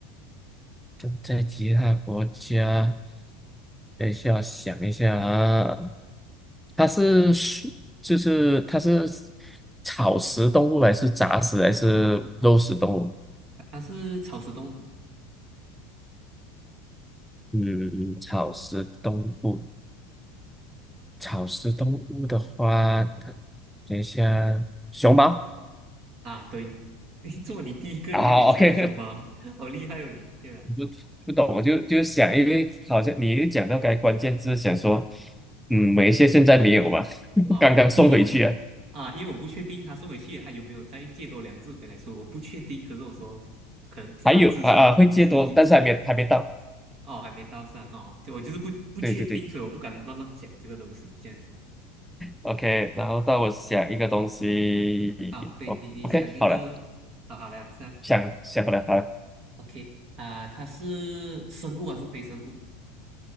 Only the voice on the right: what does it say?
它它是草食动物
啊。对，<laughs> 你做你第一个，
你就可以猜到熊猫，好厉害哦你！天哪！
啊啊，
因为因为啊，因为我不确定他送回去还有没有再借多两只回来，所以我不确定。可是我说，可能啊，
之前是一只
哦，还没到上哦，就我就是不不确定，
所以我不敢乱乱讲这个东西。这样子，
好，可以，
你你想一个，
啊，好了，是啊
，OK 啊，它是生物还是非生物？